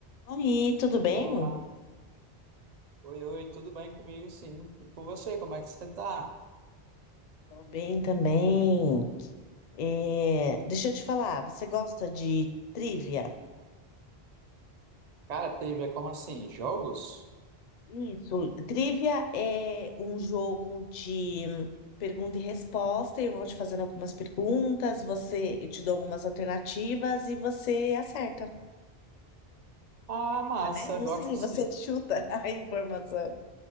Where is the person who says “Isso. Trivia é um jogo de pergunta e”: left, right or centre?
Left